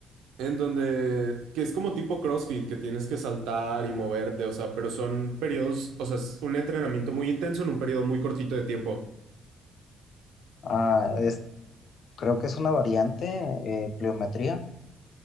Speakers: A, on the right; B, on the left.
A: En donde, que es como tipo CrossFit, que tienes que saltar y moverte, o sea, pero son periodos, o sea, es un entrenamiento muy intenso en un periodo muy cortito de tiempo.
B: Ah, es, creo que es una variante, eh, pliometría.